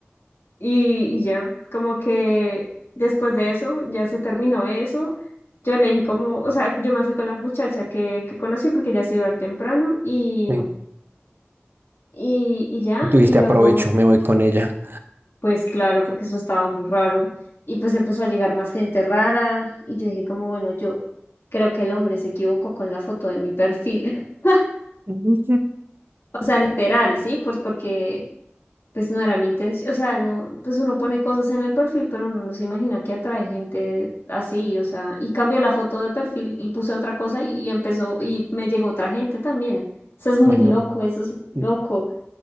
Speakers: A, on the left (about 70°); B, on the right (about 55°).
A: Y, y ya, como que después de eso, ya se terminó eso. Yo le dije como, o sea, yo me fui con la muchacha que, que conocí porque ya se iba a ir temprano y,
B: Ven,
A: y, y ya,
B: y tú dijiste,
A: y luego...
B: aprovecho, me voy con ella.
A: Pues claro, porque eso estaba muy raro. Y pues empezó a llegar más gente rara. Y yo dije como, bueno, yo creo que el hombre se equivocó con la foto de mi perfil. <laughs>
B: <laughs> Ujú.
A: O sea, literal, ¿sí? Pues porque pues no era mi intención. O sea, no, pues uno pone cosas en el perfil, pero uno no se imagina que atrae gente así. O sea, y cambié la foto de perfil y puse otra cosa y, y empezó, y me llegó otra gente también. Eso es muy
B: Ay,
A: loco,
B: no,
A: eso es muy
B: mm,
A: loco.